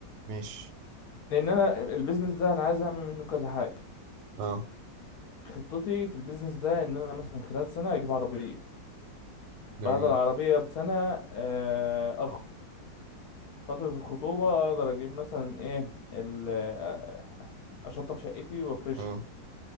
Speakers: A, on the right; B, on the left.
A: ماشي
B: لأن أنا البيزنس ده أنا عايز أعمل منه كذا حاجة
A: اه
B: خطتي في البيزنس ده ان انا مثلا خلال سنه اجيب عربيه
A: جميل
B: بعد العربيه بسنه آه، اخطب فتره الخطوبه اقدر اجيب مثلا ايه ال- آه، اشطب شقتي وافرشها
A: اه